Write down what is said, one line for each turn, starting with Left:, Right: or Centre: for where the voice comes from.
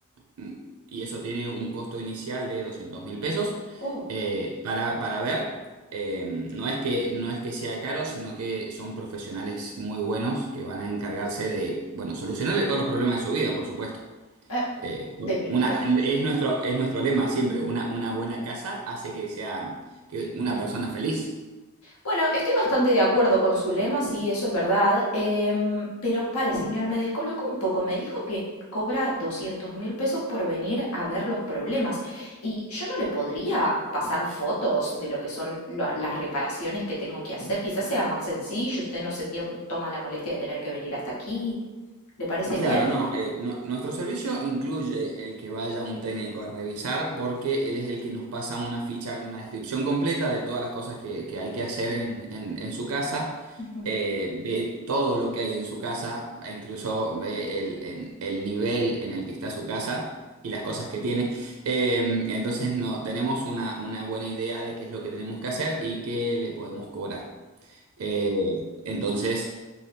Right: mm, mm, y eso tiene un costo inicial de doscientos mil pesos,
Left: Oh,
Right: eh, para, para ver, eh, no es que, no es que sea caro, sino que son profesionales muy buenos que van a encargarse de, bueno, solucionarle todos los problemas de su vida, por supuesto.
Left: ah,
Right: Eh, por-
Left: de mi
Right: una,
Left: vida.
Right: es nuestro, es nuestro lema siempre, una, una buena casa hace que sea que una persona feliz.
Left: Bueno, estoy bastante de acuerdo con su lema, sí, eso es verdad. em, pero pare, señor, me descolocó un poco. Me dijo que cobra doscientos mil pesos por venir a ver los problemas. Y yo no le podría pasar fotos de lo que son la- las reparaciones que tengo que hacer. Quizás sea más sencillo, usted no se tiem- toma la molestia de tener que venir hasta aquí. ¿Le parece
Right: Claro,
Left: bien?
Right: no, eh, nu- nuestro servicio incluye el que vaya un técnico a revisar porque él es el que nos pasa una ficha, una descripción completa de todas las cosas que, que hay que hacer en, en- en su casa,
Left: Ujú.
Right: eh, ve todo lo que hay en su casa, e incluso ve el, en- el nivel en el que está su casa y las cosas que tiene. Eh, entonces no, tenemos una, una buena idea de qué es lo que tenemos que hacer y qué le podemos cobrar. Eh, entonces...